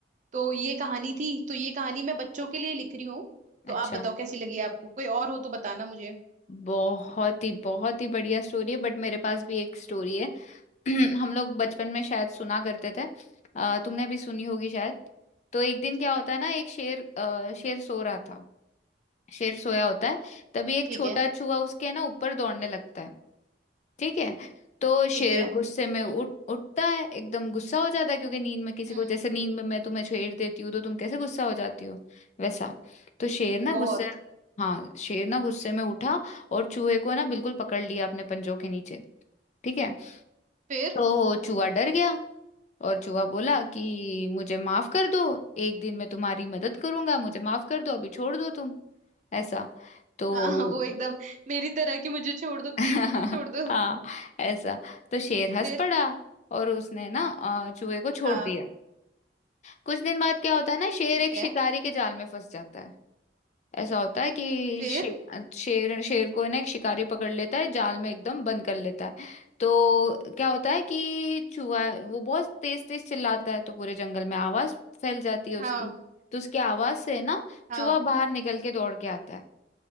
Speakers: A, on the right; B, on the left.
A: तो ये कहानी थी तो ये कहानी मैं बच्चों के लिए लिख रही हूँ तो
B: अच्छा
A: आप बताओ कैसी लगी आपको कोई और हो तो बताना मुझे
B: बहुत ही बहुत ही बढ़िया स्टोरी है बट मेरे पास भी एक स्टोरी है <clears throat> हम लोग बचपन में शायद सुना करते थे अ, तुमने भी सुनी होगी शायद तो एक दिन
A: ठीक
B: क्या होता
A: है
B: है ना एक शेर अ, शेर सो रहा था शेर सोया होता है तभी एक
A: ठीक
B: छोटा
A: है
B: चूहा उसके ना ऊपर दौड़ने लगता है ठीक है तो शेर
A: ठीक है हम्म
B: गुस्से में उठ उठता है एकदम गुस्सा हो जाता है क्योंकि नींद में किसी
A: हम्म
B: को जैसे नींद में मैं तुम्हें छेड़ देती हूँ तो तुम कैसे गुस्सा हो जाती हो वैसा तो शेर ना
A: बहुत
B: गुस्से हाँ शेर ना गुस्से में उठा और चूहे को ना बिल्कुल पकड़ लिया अपने पंजों के नीचे ठीक है
A: फिर
B: तो चूहा डर गया और चूहा बोला कि मुझे माफ कर दो एक दिन मैं तुम्हारी मदद करूंगा मुझे माफ कर दो अभी छोड़ दो तुम ऐसा तो
A: हाँ वो एकदम मेरी तरह कि मुझे छोड़ दो प्लीज
B: <laughs>
A: मुझे छोड़ दो
B: हाँ ऐसा तो शेर हंस
A: फिर
B: पड़ा और उसने ना अ, चूहे को छोड़
A: हाँ
B: दिया कुछ दिन बाद क्या होता है ना शेर
A: ठीक
B: एक
A: है
B: शिकारी के जाल में फंस जाता है ऐसा होता है कि
A: फिर
B: शे, शेर शेर को ना एक शिकारी पकड़ लेता है जाल में एकदम बंद कर लेता है तो क्या होता है कि चूहा वो बहुत तेज तेज चिल्लाता है तो पूरे जंगल में आवाज फैल जाती है उसकी
A: हाँ
B: तो उसकी आवाज से ना
A: हाँ
B: चूहा बाहर निकल के दौड़ के आता है